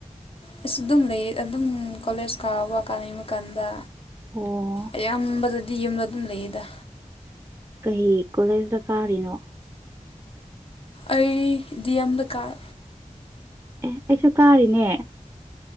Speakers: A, on the left; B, on the right.
A: ꯑꯩꯁꯨ ꯑꯗꯨꯝ ꯂꯩ ꯑꯗꯨꯝ ꯀꯣꯂꯦꯖ ꯀꯥꯕ ꯀꯥꯟꯅꯤꯡꯕ ꯀꯥꯟꯗ
B: ꯑꯣ
A: ꯑꯌꯥꯝꯕꯗꯗꯤ ꯌꯨꯝꯗ ꯑꯗꯨꯝ ꯂꯩꯌꯦꯗ
B: ꯀꯩ ꯀꯣꯂꯦꯖꯇ ꯀꯥꯔꯤꯅꯣ
A: ꯑꯩ ꯗꯤ ꯑꯦꯝꯗ ꯀꯥꯏ
B: ꯑꯦ ꯑꯩꯁꯨ ꯀꯥꯔꯤꯅꯦ